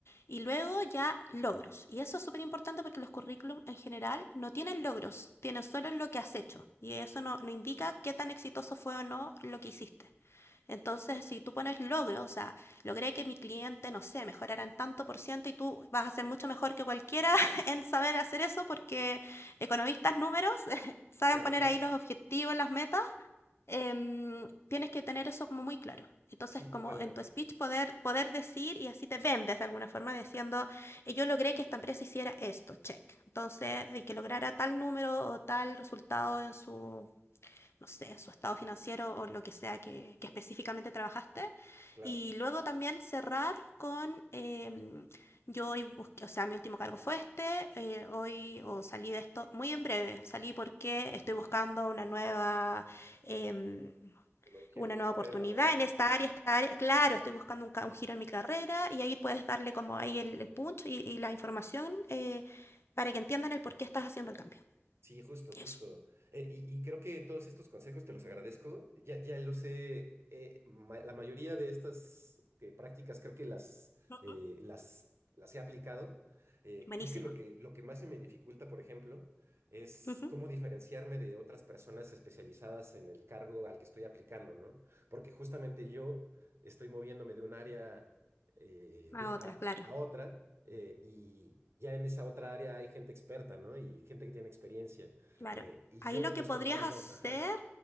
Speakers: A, on the left; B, on the right.
A: Y luego ya logros. Y eso es súper importante porque los currículum en general no tienen logros, tienen solo lo que has hecho. Y eso no, no indica qué tan exitoso fue o no lo que hiciste. Entonces, si tú pones logros, o sea, logré que mi cliente, no sé, mejorara en tanto por ciento y tú vas a ser mucho mejor que cualquiera <laughs> en saber hacer eso porque economistas números <laughs> saben
B: claro,
A: poner
B: claro.
A: ahí los objetivos, las metas em, tienes que tener eso como muy claro. Entonces,
B: Sí,
A: como
B: totalmente.
A: en tu speech poder, poder decir y así te vendes de alguna forma diciendo, eh, yo logré que esta empresa hiciera esto, check. Entonces, y que lograra tal número o tal resultado en su, no sé, su estado financiero o lo que sea que, que específicamente trabajaste.
B: Claro.
A: Y luego también cerrar con, em, yo hoy busqué, o sea, mi último cargo fue este, eh, hoy o salí de esto muy en breve, salí porque estoy buscando una nueva... em,
B: Lo quiero
A: una
B: en
A: nueva
B: mi carrera
A: oportunidad
B: o...
A: en
B: ajá.
A: esta área, esta área, claro, estoy buscando un, ca- un giro en mi carrera y ahí puedes darle como ahí el, el punch y, y la información eh, para que entiendan el por qué estás haciendo el cambio.
B: Sí, justo, justo.
A: Eso.
B: Eh, y, y creo que todos estos consejos te los agradezco. Ya, ya los sé, eh, ma- la mayoría de estas eh, prácticas creo que las,
A: Ujú.
B: eh, las, las he aplicado. Eh,
A: Buenísimo.
B: creo que lo que, lo que más se me dificulta, por ejemplo, es
A: Ujú.
B: cómo diferenciarme de otras personas especializadas en el cargo al que estoy aplicando, ¿no? Porque justamente yo estoy moviéndome de un área eh,
A: A
B: de-
A: otra,
B: a,
A: claro.
B: a otra eh, y ya en esa otra área hay gente experta, ¿no? Y gente que tiene experiencia.
A: Claro,
B: eh, y
A: ahí
B: yo,
A: lo que
B: pues
A: podrías
B: como tal,
A: hacer,
B: no. Ajá, ajá.